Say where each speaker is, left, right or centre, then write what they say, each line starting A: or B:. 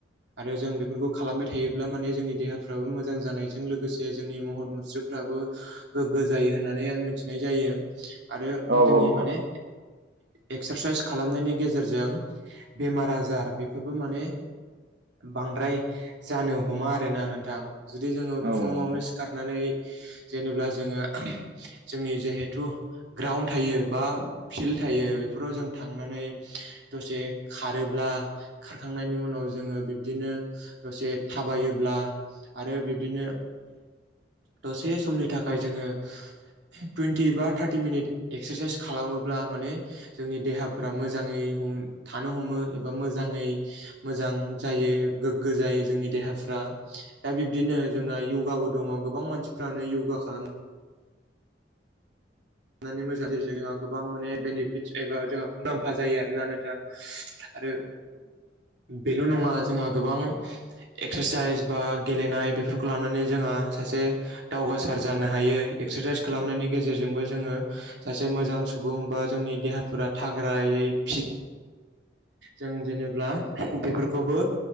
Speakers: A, on the right (about 75°); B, on the right (about 60°).
A: आरो जों बेफोरखौ खालामबाय थायोब्ला माने जोंनि देहाफ्राबो मोजां जानायजों लोगोसे जोंनि महर मुस्रि फोराबो गोग्गो जायो होननानै आं मिथिनाय जायो आरो
B: औ
A: जोंनि
B: नोंथां
A: माने एक्सारसाइस खालामनायनि गेजेरजों बेमार आजार बे बेफोरबो माने बांद्राय जानो हमा आरोना नोंथां जुदि जोङो
B: औ
A: फुङावनो
B: औ नोंथां
A: खारनानै जेनेाल्बा जोङो जोंनि जिहेथु ग्राउणड थायो बा फिल्ड थायो बेफोराव जों थांनानै दसे खारोब्ला आं खारखांनायनि उनाव जोङो बिब्दिनो दसे थाबायोब्ला आरो बिब्दिनो दसे समनि थाखाय जोङो टुइेन्टि बा थार्टि मिनिट एक्सारसाइस खालामोब्ला माने जोंनि देहाफ्रा मोजाङै थानो हमो एबा मोजाङै मोजां जायो गोगो जायो जोंनि देहाफ्रा दा बिबदिनो जोंनाया दङ गोबां मानसिफ्रानो योगा खालामनो नानै मोजां गेजेरजों जोंहा गोबां माने बेनिफिट्स एबा जोंहा मुलाम्फा जायो आरोना नोंथां आरो बेल नङा जोंहा गोबां एक्सारसाइस बा गेलेनाय बेफोरखौ लानानै जोंहा सासे दावगासार जानो हायो एक्सारसाइस खालामनायनि गेजेरजोंबो जोङो सासे मोजां सुबुं बा जोंनि देहाफोरा थाग्रायै फि जों जेनेब्ला बेफोरखौबो